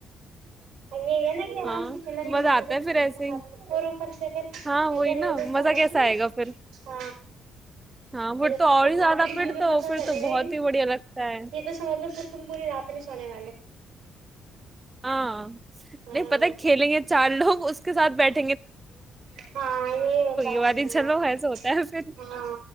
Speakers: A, on the right (about 85°); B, on the right (about 20°).
A: یہ ہے نا کہ آرام
B: ہاں
A: سے چلا نہیں
B: مزہ
A: جاتا
B: آتا
A: اگر
B: ہے پھر ایسے ہی
A: اور اوپر سے ازن
B: ہاں وہی نا
A: وزن سے
B: مزہ
A: آ جاتی
B: کیسا
A: ہیں
B: آئے گا پھر ہاں پھر
A: ہاں
B: تو اور ہی زیادہ پھر تو
A: پتا
B: پھر
A: چلے
B: تو
A: گا ہی
B: بہت
A: نہیں
B: بڑھیا لگتا ہے
A: یہ تو س مجلو تم پوری رات نہیں سونے والے
B: ہاں
A: ہاں
B: نہیں پت کھیلیں گے چار لوگ اس کے سھ بیٹھے
A: ہاں یہ ہے
B: والی
A: ہ
B: چلو ایسا ہوتا ہے پھر
A: ہاں